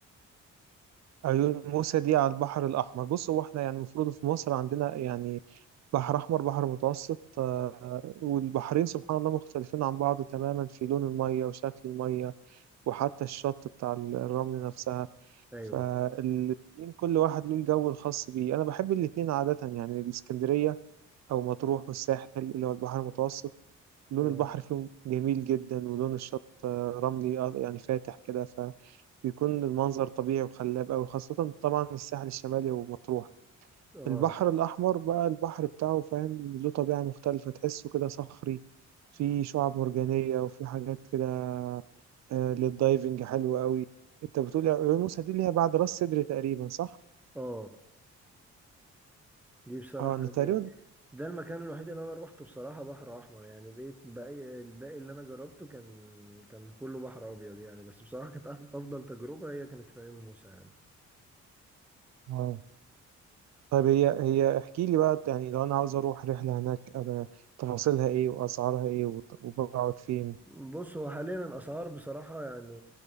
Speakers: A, on the right; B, in the centre.
A: عيون موسى دي على البحر الأحمر بص هو احنا يعني المفروض في مصر عندنا يعني بحر أحمر بحر متوسط آه، والبحرين سبحان الله مختلفين عن بعض تماما في لون المية وشكل المية وحتى الشط بتاع الرمل نفسها
B: ايوه
A: فالاتنين كل واحد له الجو الخاص بيه أنا بحب الاتنين عادة يعني الإسكندرية أو مطروح والساحل اللي هو البحر المتوسط لون
B: اه
A: البحر فيهم جميل جدا ولون الشط آه، رملي آه، يعني فاتح كده بيكون المنظر طبيعي وخلاب أوي خاصة طبعا الساحل الشمالي ومطروح
B: اه
A: البحر الأحمر بقى البحر بتاعه فاهم له طبيعة مختلفة تحسه كده صخري في شعاب مرجانية وفي حاجات كده آه، للدايفنج حلوة أوي أنت بتقول عيون موسى دي اللي هي بعد راس سدر تقريبا صح؟
B: اه دي بصراحة
A: اه أنا تقريبا
B: يعني ده المكان الوحيد اللي أنا روحته بصراحة بحر أحمر يعني بقيت باقي الباقي اللي أنا جربته كان كان كله بحر أبيض يعني بس بصراحة كانت أف- أفضل تجربة هي كانت في عيون موسى يعني
A: اه طيب هي هي احكي لي بقى يعني لو أنا عاوز أروح رحلة هناك أبقى تفاصيلها إيه وأسعارها إيه وت- وبقعد فين؟
B: بص هو حاليا الأسعار بصراحة يعني